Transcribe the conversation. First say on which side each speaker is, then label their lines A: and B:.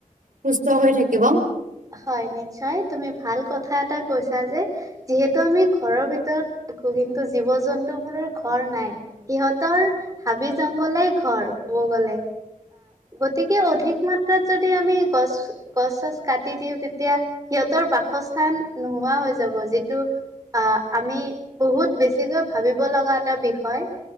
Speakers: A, on the right; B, on the right.
A: সুস্থ হৈ থাকিব।
B: হয়। নিশ্চয় তুমি ভাল কথা এটা কৈছা যে যিহেতু আমি ঘৰৰ ভিতৰত আকৌ কিন্তু জীৱ জন্তু বোৰৰ ঘৰ নাই সিহঁতৰ হাবি জংঘলে ঘৰ গ গতিকে অধিক মাত্ৰাত যদি আমি গছ গছ কাটি দিওঁ তেতিয়া সিহঁতৰ বাসস্থান নোহোৱা হৈ যাব যিটো অ', আমি বহুত বেছিকৈ ভাবিব লগা এটা বিষয়